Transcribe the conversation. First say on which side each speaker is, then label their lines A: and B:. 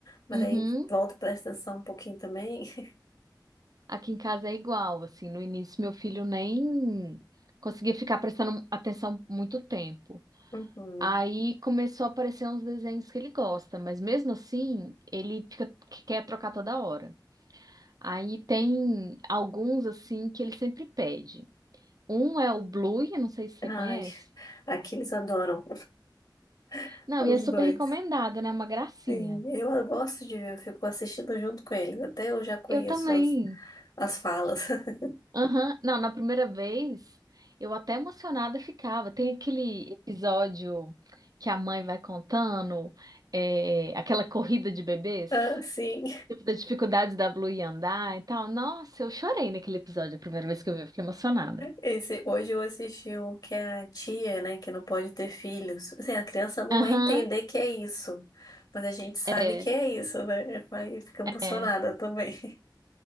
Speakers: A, on the left; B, on the right.
A: mas
B: uhum.
A: aí volta, presta atenção um pouquinho também. <laughs>
B: Aqui em casa é igual, assim, no início meu filho nem conseguia ficar prestando atenção muito tempo.
A: Uhum.
B: Aí começou a aparecer uns desenhos que ele gosta, mas mesmo assim, ele fica que quer trocar toda hora. Aí tem alguns assim que ele sempre pede. Um é o Blue, eu não sei se você
A: Ai,
B: conhece.
A: aqui eles adoram, <laughs>
B: Não,
A: os
B: e é super
A: dois.
B: recomendado, né? Uma gracinha.
A: Sim, eu gosto de ver, eu fico assistindo junto com eles, até eu já conheço
B: Eu também.
A: as, as falas. <laughs>
B: Aham. Não, na primeira vez eu até emocionada ficava. Tem aquele episódio que a mãe vai contando, é, aquela corrida de bebês,
A: Ah, sim.
B: tipo, das dificuldades da Blue em andar e tal. Nossa, eu chorei naquele episódio, a primeira vez que eu vi, eu fiquei emocionada.
A: Esse, hoje eu assisti o que a tia, né, que não pode ter filhos. Assim, a criança não
B: Aham,
A: vai entender que é isso, mas a gente sabe
B: é,
A: que é isso, né? Vai, fica emocionada
B: é.
A: também.